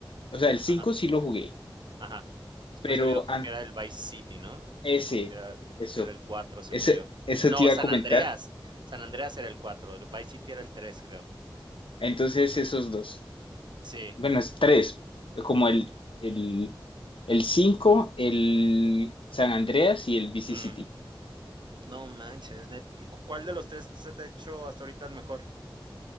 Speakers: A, on the left; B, on the right.
A: O sea, el cinco
B: Ajá.
A: sí lo jugué,
B: Ajá. Después
A: pero
B: había otro
A: an-
B: que era el Vice City, ¿no?
A: ese,
B: O que era
A: eso,
B: que era el 4, según
A: ese,
B: yo.
A: eso
B: No,
A: te iba
B: San
A: a comentar.
B: Andreas. San Andreas era el 4. el Vice City era el tres, creo.
A: Entonces esos dos.
B: Sí.
A: Bueno, es tres, como el, el El cinco el San Andreas y el V C
B: Ujú.
A: City
B: No manches, net ¿y ¿Cu cuál de los 3 se te ha hecho hasta ahorita el mejor?